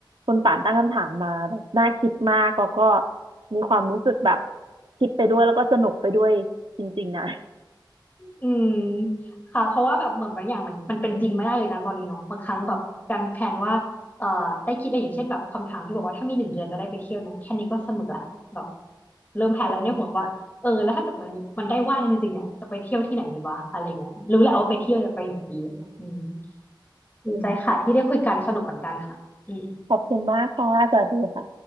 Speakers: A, on the right; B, on the left.
A: คุณป่านตั้งคำถามมาแบบน่าคิดมากแล้วก็มีความรู้สึกแบบคิดไปด้วยแล้วก็สนุกไปด้วยจริงๆนะ
B: อืมค่ะเพราะว่าแบบเหมือนบางอย่างมันมันเป็นจริงไม่ได้เลยนะตอนนี้เนาะบางครั้งแบบการแพลนว่าเอ่อได้คิดอะไรอย่างเช่นแบบคำถามที่บอกว่าถ้ามีหนึ่งเดือนจะได้ไปเที่ยวเนี่ยแค่นี้ก็สนุกละแบบเริ่มแพลนแล้วเนี่ยห่วงว่าเออแล้วถ้าเกิดมันมันได้ว่างจริงๆเนี่ยจะไปเที่ยวที่ไหนดีวะอะไรเงี้ยรู้แหละว่าไปเที่ยวจะไปไหนดีอะไรเงี้ยอืม
A: อืมค่ะ
B: ดีใจค่ะที่ได้คุยกันสนุกเหมือนกันค่ะอืม
A: อืมค่ะขอบคุณมากค่ะสวัสดีค่ะ